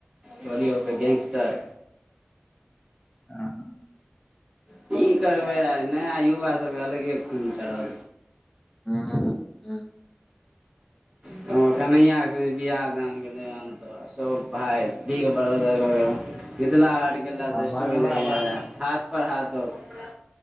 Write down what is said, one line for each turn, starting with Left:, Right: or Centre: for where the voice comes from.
Right: चोलियौ त गैंगस्टार
Left: ह ह
Right: की करबै आइ नया युवा सभके अलगे खूल चढ़ब
Left: ह ह
Right: <unintelligible> कन्हैया के बियाह-दान भेलै हन, तऽ सभ भाय बिग बड़ोदर। मिथिलला हाट गेल रहै, तऽ स्टोरी
Left: मधबा
Right: लगेने रहै, हाथ पर हाथ धऽ के।